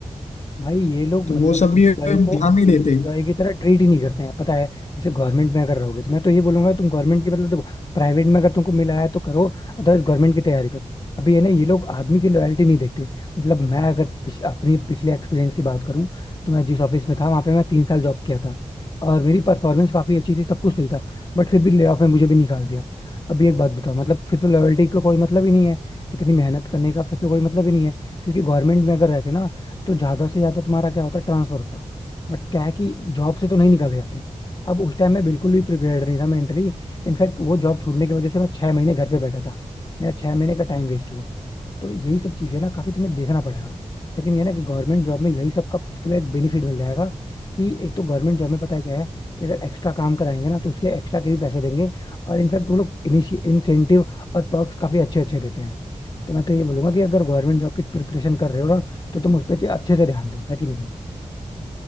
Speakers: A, on the left (about 35°); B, on the left (about 65°).
A: भाई ये लोग
B: तो
A: मतलब
B: वो सब भी
A: एम्प्लॉय
B: ध्यान
A: को
B: नहीं देते
A: एम्प्लॉय की तरह ट्रीट ही नहीं करते हैं पता है जैसे गवर्नमेंट में अगर रहोगे तो मैं तो ये बोलूंगा तुम गवर्नमेंट की मतलब देखो प्राइवेट में अगर तुमको मिला है तो करो अदरवाइज गवर्नमेंट की तैयारी करो अभी ये ना ये लोग आदमी की लॉयल्टी नहीं देखते मतलब मैं अगर पिछ, अपनी पिछले एक्सपीरियंस की बात करूं तो मैं जिस ऑफिस में था वहां पे मैं तीन साल जॉब किया था और मेरी परफॉर्मेंस काफी अच्छी थी सब कुछ सही था बट फिर भी ले ऑफ में मुझे भी निकाल दिया अभी एक बात बताओ मतलब फिर तो लॉयल्टी का कोई मतलब ही नहीं है इतनी मेहनत करने का फिर तो कोई मतलब ही नहीं है क्योंकि गवर्नमेंट में अगर रहते ना तो ज्यादा से ज्यादा तुम्हारा क्या होता है ट्रांसफर होता बट क्या है कि जॉब से तो नहीं निकाले जाते अब उस टाइम मैं बिल्कुल भी प्रिपेयर्ड नहीं था मेंटली इनफैक्ट वो जॉब छूटने की वजह से मैं छह महीने घर पे बैठा था मेरा छह महीने का टाइम वेस्ट हुआ तो यही सब चीजें ना काफी तुम्हें देखना पड़ेगा लेकिन ये ना कि गवर्नमेंट जॉब में यही सब का तुम्हें एक बेनिफिट मिल जाएगा कि एक तो गवर्नमेंट जॉब में पता है क्या है कि अगर एक्स्ट्रा काम कराएंगे ना तो उसके एक्स्ट्रा के भी पैसे देंगे और इनफैक्ट वो लोग इनिशिय इंसेंटिव और perks काफी अच्छे अच्छे देते हैं तो मैं तो ये बोलूंगा कि अगर गवर्नमेंट जॉब की प्रिपरेशन कर रहे हो ना तो तुम उस पर अच्छे से ध्यान दो है कि नहीं